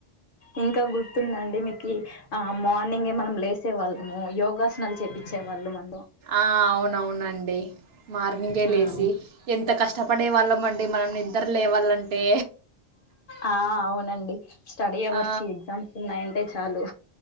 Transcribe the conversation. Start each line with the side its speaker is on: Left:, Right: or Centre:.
Left: ఇంకా గుర్తుందండి మీకీ ఆ మార్నింగ్య్ మనం లేసే వాళ్ళము యోగా. చూపించే వాళ్ళు మనకు.
Right: ఆహ్ అవునవునండి మార్నింగే
Left: హ్మ్
Right: లేసి ఎంత కష్టపడే వాళ్ళమండి. మనం నిద్ర లేవాలంటే.
Left: ఆహ్ అవునండి స్టడీ అవర్స్
Right: ఆ
Left: కి ఎగ్జామ్స్ ఉన్నాయంటే చాలు.